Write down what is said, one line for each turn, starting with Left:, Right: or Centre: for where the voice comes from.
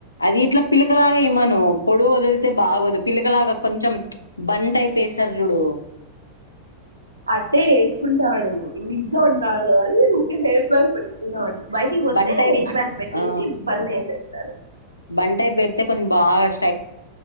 Left: అది ఇట్లా పిల్ల పిలకలాగా ఇమ్మను పొడు వదిలితే బాగోదు పిలకలాగా కొంచెం బంటైప్ పేస్తరు చూడు
Right: అట్టే వేసుకుంటాడు. ఇ ఇంట్లో ఉన్నా కదా అని ఊరికే హెయిర్ ప్యాక్ పెట్టుకున్నాడు. బయటికి వస్తే
Left: బన్ టైప్
Right: హెయిర్ ప్యాక్ పెట్టేసి
Left: ఆ
Right: పేర్మినెంట్ గా సరే
Left: బన్ టైప్ పెడితే కొంచ బాష్